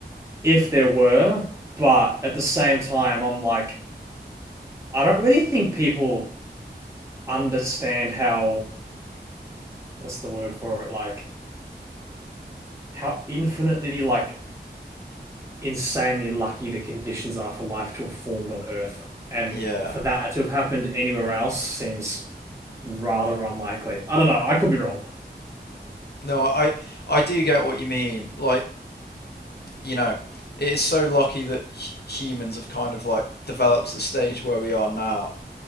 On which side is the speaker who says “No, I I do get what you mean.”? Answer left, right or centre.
Left